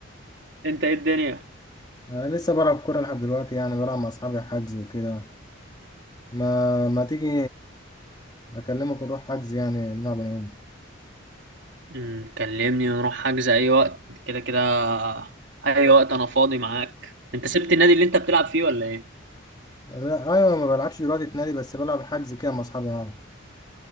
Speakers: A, on the right; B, on the left.
A: انت ايه الدنيا
B: انا لسه بلعب كورة لحد دلوقتي يعني بلعب مع اصحابي حجز وكده ما ما تيجي اكلمك نروح حجز يعني نلعب انا وانت.
A: أمم، كلمني ونروح حجز اي وقت كده كده اي وقت انا فاضي معاك انت سبت النادي اللي انت بتلعب فيه ولا ايه
B: لا ايوه ما بلعبش دلوقتي في نادي بس بلعب حجز كده مع اصحابي يعني